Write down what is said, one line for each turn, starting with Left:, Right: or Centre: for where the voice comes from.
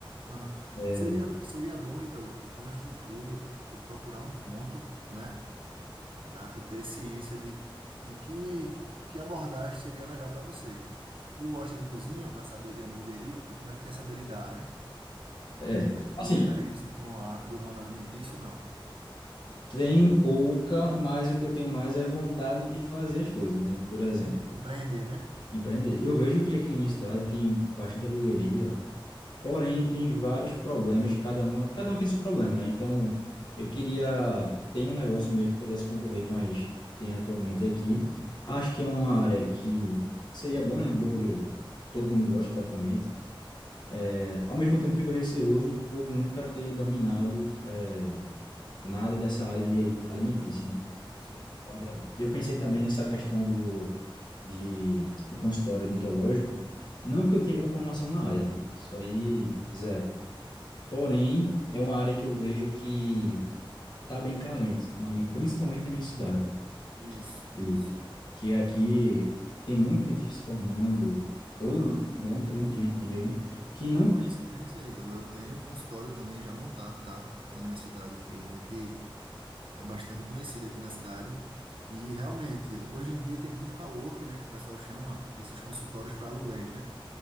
Right: aham.
Left: É,
Right: Seria, seria bom, Ítalo, antes de tudo, tu procurar um ponto, né? Pra tu ter ciência de, de que, que abordagem seria melhor pra você. Tu gosta de cozinha pra saber de hamburgueria? Porque como é que tu ia saber lidar, né?
Left: é,
Right: Já tem
Left: assim,
Right: alguma experiência com a do ramo alimentício, não?
Left: tenho pouca, mas o que eu tenho mais é vontade de fazer as coisas, né? Por exemplo,
Right: Entendi. Empreender, né?
Left: empreender. Eu vejo que aqui na minha cidade tem bastante hamburgueria, Porém, tem vários problemas, cada um, cada um tem seu problema, né? Então, eu queria ter um negócio meio que pudesse concorrer com as que tem atualmente aqui. Acho que é uma área que seria bom, né? Hambúrguer, todo mundo gosta praticamente. É, Ao mesmo tempo, eu fico receoso por nunca ter dominado é, nada dessa área de alimentícia, né?
Right: Sim.
Left: Então, eu pensei também nessa questão do de um consultório odontológico, não que eu tenha alguma formação na área, né? Isso aí, zero. Porém, é uma área que eu vejo que está bem carente, na minha, principalmente na minha cidade,
Right: Isso,
Left: e
Right: isso.
Left: que é aqui tem muito dentista se formando, todo,
Right: Aham.
Left: muito, muita gente tem mesmo, que não
Right: Por coincidência,
Left: tem.
Right: Ítalo, eu tenho um consultório também já montado, tá? Na minha cidade aqui. A gente é bastante conhecido aqui na cidade. E realmente, hoje em dia tem muito coworking, né? Que o pessoal chama esses consultórios para aluguéis, né?